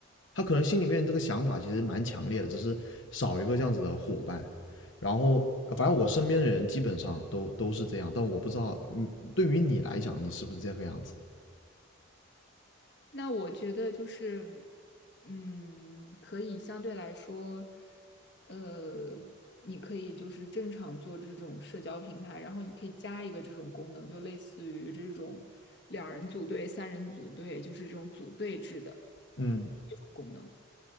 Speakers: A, on the left; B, on the left.
A: 他可能心里面这个想法其实蛮强烈的，只是少一个这样子的伙伴。然后呃反正我身边的人基本上都都是这样，但我不知道你对于你来讲，你是不是这个样子的？
B: 那我觉得就是，嗯，可以相对来说，呃，你可以就是正常做这种社交平台，然后你可以加一个这种功能，就类似于这种两人组队、三人组队，就是这种组队制的
A: 嗯
B: 这种功能。